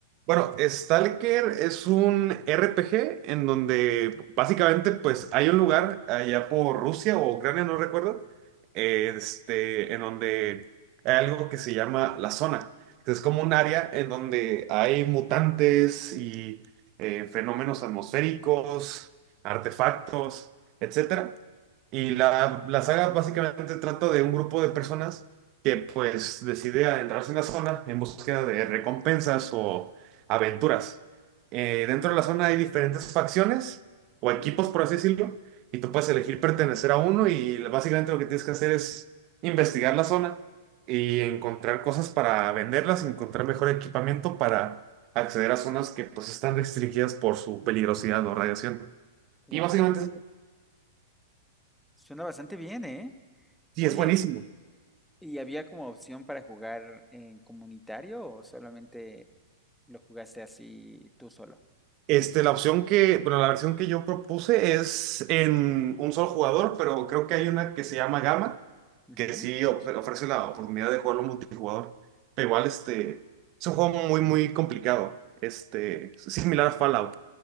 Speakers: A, on the right; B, in the centre.
A: Bueno, Stalker es un RPG en donde básicamente pues hay un lugar allá por Rusia o Ucrania, no recuerdo, este, en donde hay algo que se llama la zona. Es como un área en donde hay mutantes y eh, fenómenos atmosféricos, artefactos, etcétera. Y la, la saga básicamente trata de un grupo de personas que pues decide adentrarse en la zona en búsqueda de recompensas o aventuras. Eh, dentro de la zona hay diferentes facciones o
B: Uh,
A: equipos, por así decirlo, y tú puedes elegir pertenecer a uno y básicamente lo que tienes que hacer es investigar la zona y encontrar cosas para venderlas, encontrar mejor equipamiento para acceder a zonas que pues están restringidas por su peligrosidad o radiación.
B: wow.
A: Y básicamente
B: Suena bastante bien, ¿eh?
A: sí,
B: Oye,
A: es buenísimo.
B: ¿y había como opción para jugar en comunitario o solamente lo jugaste así tú solo?
A: Este, la opción que, bueno, la versión que yo propuse es en un solo jugador, pero creo que hay una que se llama gamma
B: Ujú.
A: que sí ofre- ofrece la oportunidad de jugarlo multijugador. Pero igual, este, es un juego muy, muy complicado. Este, similar a Fallout